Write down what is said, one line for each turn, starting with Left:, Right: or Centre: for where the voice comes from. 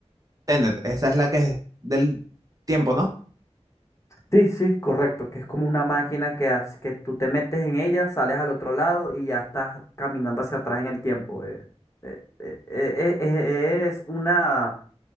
Right: Tenet, esa es la que es del tiempo, ¿no?
Left: Sí, sí, correcto, que es como una máquina que, hace- que tú te metes en ella, sales al otro lado y ya estás caminando hacia atrás en el tiempo. eh, eh, eh, eh, eh, eh, es una